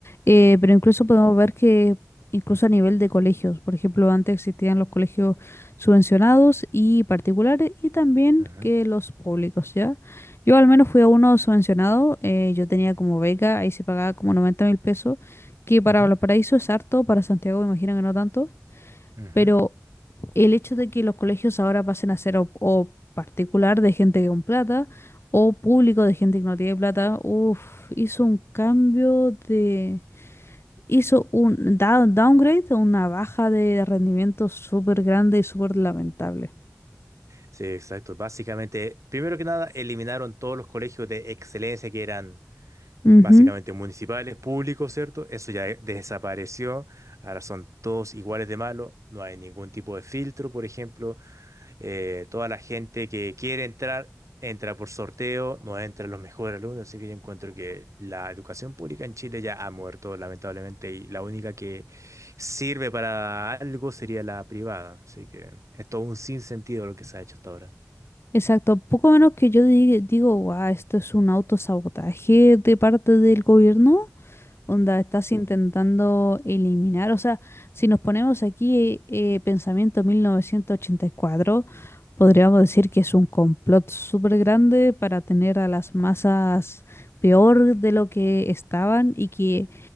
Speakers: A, on the left; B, on the right.
A: eh, pero incluso podemos ver que incluso a nivel de colegios, por ejemplo, antes existían los colegios subvencionados y particulares y también
B: Ujú,
A: que los públicos, ¿ya? Yo al menos fui a uno subvencionado, eh, yo tenía como beca, ahí se pagaba como 90 mil pesos, que para
B: ujú,
A: Valparaíso es harto, para Santiago me imagino que no tanto.
B: ujú.
A: Pero el hecho de que los colegios ahora pasen a ser o, o particular de gente con plata o público de gente que no tiene plata, uff, hizo un cambio de... hizo un down- downgrade, una baja de rendimiento súper grande y súper lamentable.
B: Sí, exacto. Básicamente, primero que nada, eliminaron todos los colegios de excelencia que eran
A: Ujú,
B: básicamente municipales, públicos, ¿cierto? Eso ya de- desapareció, ahora son todos iguales de malos, no hay ningún tipo de filtro, por ejemplo, eh, toda la gente que quiere entrar, entra por sorteo, no entran los mejores alumnos, así que yo encuentro que la educación pública en Chile ya ha muerto, lamentablemente, y la única que sirve para algo sería la privada, así que es todo un sinsentido lo que se ha hecho hasta ahora.
A: Exacto, poco menos que yo di- digo, guau, esto es un autosabotaje de parte del gobierno, Onda, estás intentando eliminar, o sea, si nos ponemos aquí eh, pensamiento 1984, podríamos decir que es un complot súper grande para tener a las masas peor de lo que estaban y que